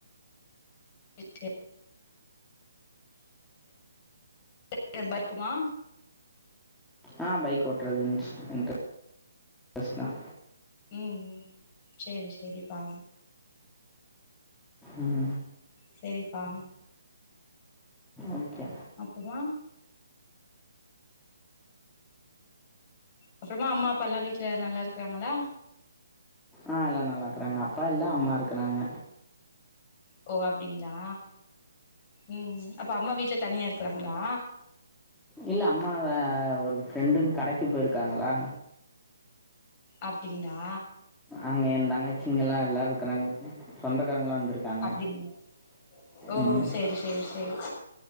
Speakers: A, on the left (about 30°); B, in the centre.
A: <inaudible> <inaudible> மா
B: ஆ, பைக் ஓட்றது <unintelligible>
A: உம் ம் சேரி சேரிப்பா
B: உம்
A: சேரிப்பா
B: ஓகே
A: அப்பமா அப்புறமா அம்மா அப்பா எல்லா வீட்ல நல்லா இருக்குறாங்களா
B: ஆ, எல்லா நல்லாக்கறாங்க அப்பா இல்ல அம்மா இருக்கறாங்க
A: ஓ அப்டிங்ளா உம் அப்ப அம்மா வீட்டுல தனியா இருக்குறாங்ளா
B: இல்ல அம்மா வெ ஒரு ஃப்ரெண்டுன் கடக்கி போய்ருக்காங்களா
A: அப்டிங்ளா
B: அங்க ஏன் தங்கச்சிங்கெல்லா எல்லாருக்குறாங்க ம், சொந்தக்காரங்கெல்லா வந்திருக்காங்க
A: அப்டிங்களா ஓ
B: ம்
A: செரி செ சேர்